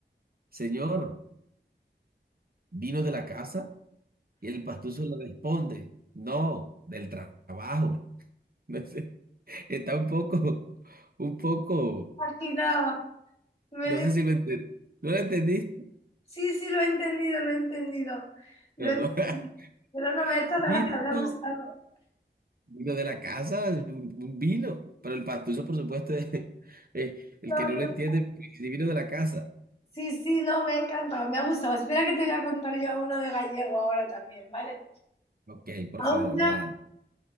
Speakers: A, on the right; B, on the left.
A: señor, ¿vino de la casa? Y el pastuso le responde, no, del tra- trabajo. <laughs> No sé, está un poco, un poco...
B: Imaginaba. me
A: No
B: lo-
A: sé si lo entendí. ¿No lo entendiste?
B: Sí, sí, lo he entendido, lo he entendido. Lo
A: Pero
B: he entendido.
A: no.
B: Pero no
A: <laughs>
B: me ha hecho gracia, me
A: Vino,
B: ha gustado.
A: vino de la casa, un un vino. Pero el pastuso, por supuesto, es, es el
B: No,
A: que no
B: no,
A: lo entiende,
B: no.
A: si vino de la casa.
B: Sí, sí, no, me ha encantado, me ha gustado. Espera que te voy a contar yo uno de gallego ahora también, ¿vale?
A: Ok, por
B: Aún
A: favor,
B: ya
A: adelante.